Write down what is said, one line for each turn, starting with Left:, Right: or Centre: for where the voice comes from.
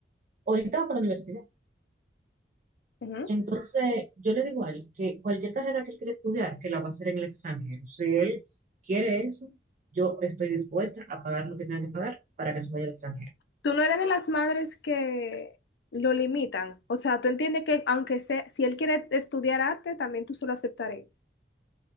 Right: ahorita va para la universidad.
Left: Ujú.
Right: Entonces, yo le digo a él que cualquier carrera que él quiera estudiar, que la va a hacer en el extranjero. Si él quiere eso, yo estoy dispuesta a pagar lo que tenga que pagar para que se vaya al extranjero.
Left: Tú no eres de las madres que lo limitan. O sea, tú entiendes que aunque sea, si él quiere estudiar arte, también tú se lo aceptarías.